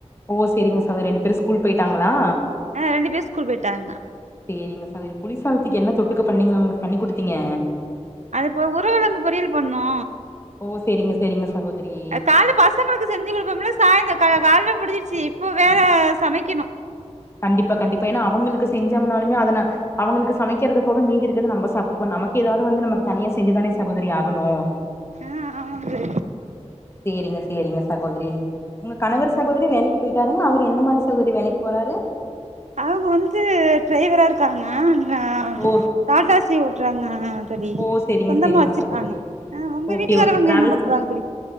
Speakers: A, on the left; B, on the right.
A: ஓ சேரிங்க சகோதரி ரெண்டு பேரு ஸ்கூல் போயிட்டாங்ளா
B: எ ரெண்டு பேர் ஸ்கூல் போயிட்டாங்க
A: சேரிங்க சகோதரி புலிசாதத்துக்கு என்ன தொட்டுக்க பண்ணீங்க அவுங்களுக்கு பண்ணி குடுத்தீங்க
B: அது போ உருளகிழங்கு பொரியல் பண்ணோ
A: ஓ சேரிங்க சேரிங்க சகோதரி
B: கால்ல பஸ் பசங்களுக்கு செஞ்சு குடுப்பம்ல்ல சாயந்தோகா கால்ல முடிஞ்சிருச்சு இப்போ வேற சமைக்கணு
A: கண்டிப்பா கண்டிப்பா ஏனா அவுங்களுக்கு செஞ்சம்னாலுமே அத நா அவுங்களுக்கு சமைக்கிறது போக மீதி இரு க்கத நம்ம சாப்ட்டுபோ நமக்கு எதாவது வந்து நமக்கு தனியா செஞ்சுதானே சகோதரி ஆகணு
B: ஆ ஆமாம்பே
A: சேரிங்க சேரிங்க சகோதரி உங்க கணவர் சகோதரி வேலைக்கு போயிட்டாருங்ளா அவரு எந்த மாரி சகோதரி வேலைக்கி போறாரு
B: அவங்க வந்து டிரைவரா இருக் காங்க
A: ஓ
B: டாட்டா ஏசி ஓட்டுறாங்க பவி
A: ஓ செரிங்க
B: சொந்தமா
A: செரிங்க
B: வச்சிருக்காங்க
A: சகோதரி
B: அ உங்க
A: ஓகே
B: வீட்டுக்காரவங்க
A: ஓகே டிராவல்ஸ்
B: என்ன பண்றாங்க பவி